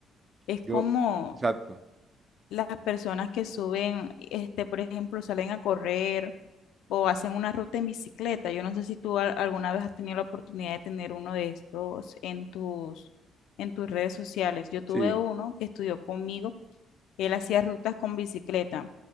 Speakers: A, on the left (about 85°); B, on the right (about 20°).
A: Es
B: Yo,
A: como,
B: exacto,
A: las personas que suben, este, por ejemplo, salen a correr o hacen una ruta en bicicleta. Yo no sé si tú al- alguna vez has tenido la oportunidad de tener uno de estos en tus, en tus redes sociales. Yo tuve
B: sí.
A: uno que estudió conmigo, él hacía rutas con bicicleta.